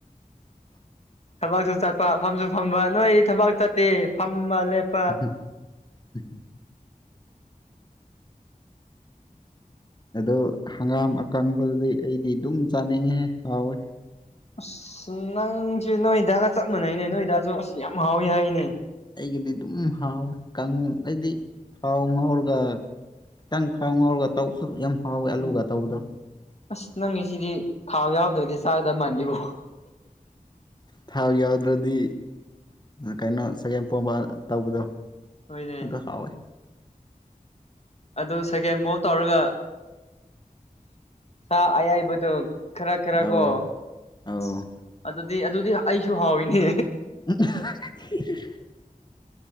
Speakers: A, on the left; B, on the left.
A: ꯊꯕꯛꯁꯨ ꯆꯠꯄ ꯐꯝꯁꯨ ꯐꯝꯕ ꯅꯣꯏꯗꯤ ꯊꯕꯛ ꯆꯠꯇꯦ ꯐꯝ ꯃ ꯂꯦꯞ
B: ꯎ ꯑꯗꯨ ꯍꯪꯒꯥꯝ ꯑꯀꯪꯕꯗꯨꯗꯤ ꯑꯩꯗꯤ ꯑꯗꯨꯝ ꯆꯥꯅꯤꯡꯉꯦꯍꯦ ꯍꯥꯎꯋꯦ꯫
A: ꯑꯁ ꯅꯪꯁꯦ ꯅꯣꯏꯗꯒ ꯆꯞ ꯃꯥꯟꯅꯩꯅꯦ ꯅꯣꯏꯗꯁꯨ ꯑꯁ ꯌꯥꯝ ꯍꯥꯎꯋꯤ ꯍꯥꯏꯅꯦ꯫
B: ꯑꯩꯒꯤꯗꯤ ꯑꯗꯨꯝ ꯍꯥꯎꯋꯦ ꯀꯪ ꯑꯩꯗꯤ ꯊꯥꯎ ꯉꯥꯎꯔꯒ ꯈꯤꯇꯪ ꯊꯥꯎ ꯉꯥꯎꯔꯒ ꯇꯧꯕꯁꯨ ꯌꯥꯝ ꯍꯥꯎꯋꯦ ꯑꯂꯨꯒ ꯇꯧꯕꯗꯣ꯫
A: ꯑꯁ ꯅꯪꯒꯤꯁꯤꯗꯤ ꯊꯥꯎ ꯌꯥꯎꯗ꯭ꯔꯗꯤ ꯆꯥꯒꯗꯕ ꯃꯥꯟꯗꯦꯕꯣ꯫
B: ꯊꯥꯎ ꯌꯥꯎꯗ꯭ꯔꯗꯤ ꯀꯩꯅꯣ ꯁꯒꯦꯝ ꯄꯣꯝꯕ ꯇꯧꯕꯗꯣ
A: ꯍꯣꯏꯅꯦ
B: ꯑꯗꯨ ꯍꯥꯎꯋꯦ꯫
A: ꯑꯗꯨ ꯁꯒꯦꯟꯐꯥꯎꯕ ꯇꯧꯔꯒ ꯁꯥ ꯑꯌꯥꯏꯕꯗꯨꯣ ꯈꯔ ꯈꯔ
B: ꯑꯧ
A: ꯀꯣ
B: ꯑꯧ
A: ꯑꯁ ꯑꯗꯨꯗꯤ ꯑꯗꯨꯗꯤ ꯑꯩꯁꯨ ꯍꯥꯎꯏꯤꯅꯦ
B: ꯑ